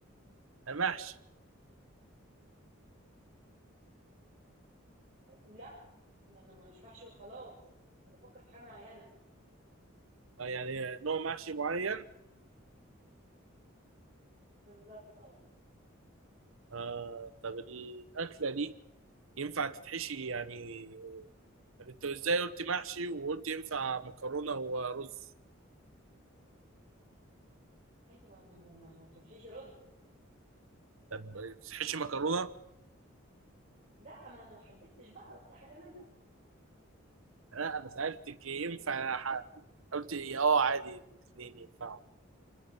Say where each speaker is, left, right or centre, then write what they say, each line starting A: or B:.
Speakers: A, on the right; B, on the right.
A: محشي
B: اه لا ما أنا مش محشي وخلاص أنا بفكر في حاجة معينة
A: آه، يعني نوع محشي معين
B: بالظبط اه
A: آه طب الأكلة دي ينفع تتحشي يعني طب أنت إزاي قلت محشي وقلت ينفع مكرونة ورز
B: ايوه ما هو ما هو بتتحشي رز
A: طب تحشي مكرونة؟
B: لا ما انا ما حددتش بقى قلت حاجه منهم
A: لا أنا سألتك ينفع ح- قلت إيه أه عادي الاتنين ينفعوا